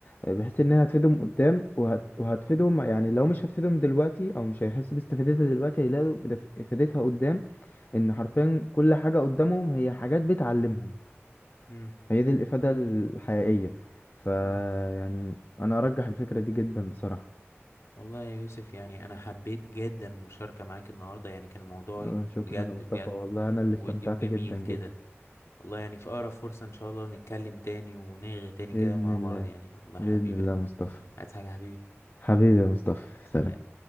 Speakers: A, on the left (about 45°); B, on the left (about 75°).
A: آه، بحيث انها هتفيدهم قدام وهت... وهتفيدهم يعني لو مش هتفيدهم دلوقتي او مش هيحسوا باستفادتها دلوقتي هيلاقوا دف- افادتها قدام ان
B: مم.
A: حرفيا كل حاجة قدامهم هي حاجات بتعلمهم
B: مم.
A: فهي دي الافادة الحقيقية ف
B: مم.
A: يعني انا ارجح الفكرة دي جدا بصراحة
B: والله يا يوسف يعني انا حبيت جدا المشاركه معاك النهارده يعني كان الموضوع
A: آه،
B: بجد
A: شكرا يا مصطفى
B: بجد
A: والله انا اللي استمتعت
B: ودي وجميل
A: جدا
B: كده
A: جدا
B: والله يعني في أقرب فرصة إن شاء الله نتكلم تاني ونرغي تاني
A: بإذن
B: كده مع
A: الله
B: بعض يعني والله حبيبي
A: بإذن الله يا مصطفى
B: عايز حاجة يا حبيبي
A: حبيبي يا مصطفى
B: سلام
A: سلام